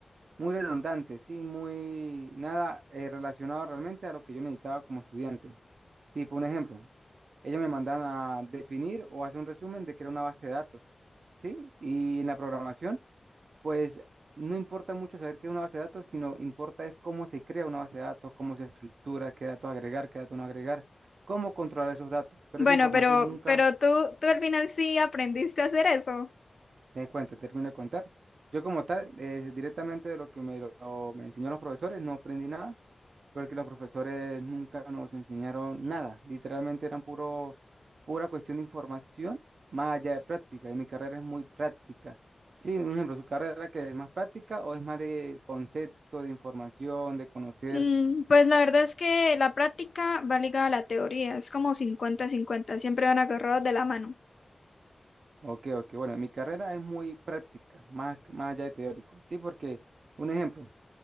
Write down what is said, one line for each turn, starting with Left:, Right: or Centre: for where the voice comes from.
Right: muy redundantes, sí, muy nada eh, relacionado realmente a lo que yo necesitaba como estudiante. Tipo, un ejemplo, ellos me mandan a definir o hacer un resumen de crear una base de datos, ¿sí? Y en la programación, pues no importa mucho saber qué es una base de datos, sino importa es cómo se crea una base de datos, cómo se estructura, qué datos agregar, qué datos no agregar, cómo controlar esos datos. Pero
Left: Bueno,
Right: esa información
Left: pero,
Right: nunca
Left: pero tú, tú al final sí aprendiste a hacer eso.
Right: de cuenta, termino de contar. Yo como tal, eh, directamente de lo que me, lo- me enseñaron los profesores, no aprendí nada, porque los profesores nunca nos enseñaron nada. Literalmente eran puro, pura cuestión de información, más allá de práctica. Y mi carrera es muy práctica. Sí, un ejemplo, su carrera que es más práctica o es más de concepto, de información, de conocer.
Left: Mm, Pues la verdad es que la práctica va ligada a la teoría, es como cincuenta-cincuenta. siempre van agarrados de la mano.
Right: Ok, ok. Bueno, mi carrera es muy práctica, más, más allá de teórico. Sí, porque, un ejemplo.